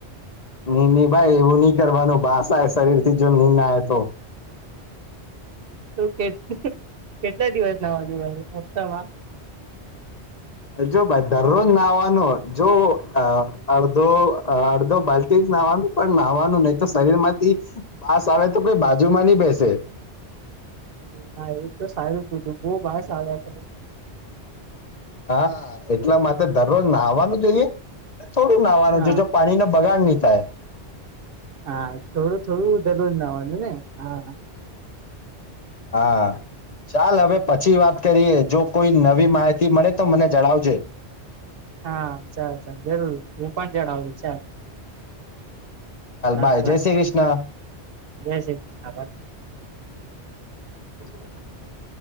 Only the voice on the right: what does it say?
તો કે કેટલા દિવસ ના વાજુ ભાઈ હપ્તામાં
ના એ તો સારું જ બીધું બહ બાર સાર્યા
હા
હા થોડું થોડું દરરોજ નાવાનું ને હા
હા ચાલ ચાલ જરૂર રું પણ જડ આવજ ચાલ ચાલ
ભાઈ
જય શ્રી કૃષ્ણ ભાઈ